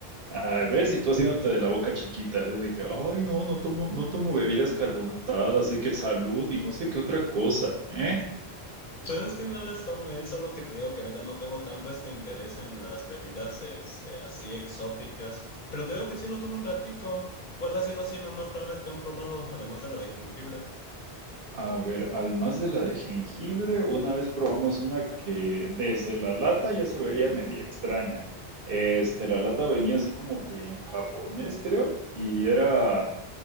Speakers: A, on the right; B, on the left.
A: Ah, ves, y tú haciéndote de la boca chiquita, de que, ay, no, no tomo, no tomo bebidas carbonatadas, así que salud y no sé qué otra cosa, ¿eh?
B: Pues es que no las tomé, es solo que te digo que ahorita no tengo tanto este interés en las bebidas este, así exóticas, pero te digo que sí lo tuve un ratito. ¿Cuál ha sido así la más rara que han probado, además de la de jengibre?
A: A ver, además de la de jengibre, una vez probamos una que desde la lata ya se veía media extraña. Este, la lata venía así como que en japonés, creo, y era,